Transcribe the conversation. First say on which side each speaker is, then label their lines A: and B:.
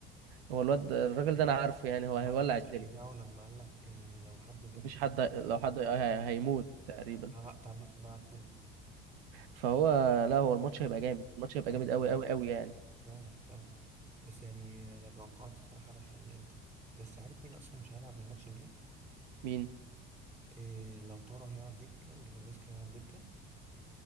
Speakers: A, on the right; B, on the right.
A: هو الواد ده- الراجل
B: <laughs>
A: ده انا عارفه يعني هو
B: سمعت
A: هيولع
B: التصريح
A: الدنيا
B: بتاعه لما قال لك آه، لو حد جاب
A: مفيش
B: جول
A: حد
B: هقطع
A: هي- لو
B: من
A: حد
B: النور
A: هي- هي- هيموت تقريبا
B: هقطع النور في الملعب كله
A: فهو لا هو الماتش
B: لا لا
A: هيبقى جامد الماتش هيبقى
B: ايوه
A: جامد قوي
B: ايوه
A: قوي قوي يعني
B: فعلا فعلا بس يعني انا توقعت بصراحه على حل الانتر بس عارف مين اصلا مش هيلعب الماتش الجاي
A: مين
B: إيه لو طارا هيقعد دكه وليفاندوسكي هيقعد دكه